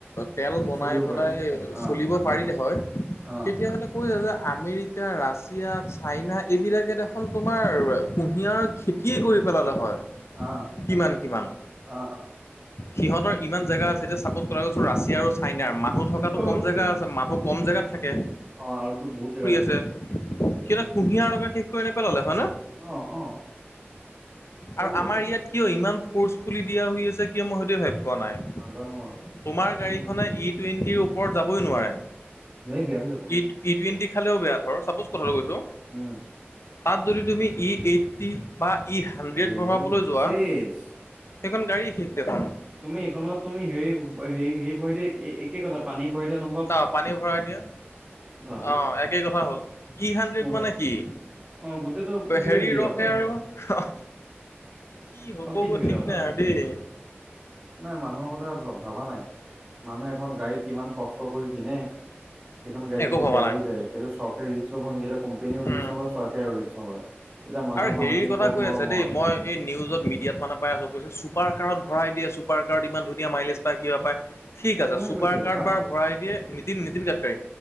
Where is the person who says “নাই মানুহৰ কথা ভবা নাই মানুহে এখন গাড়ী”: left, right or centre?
Right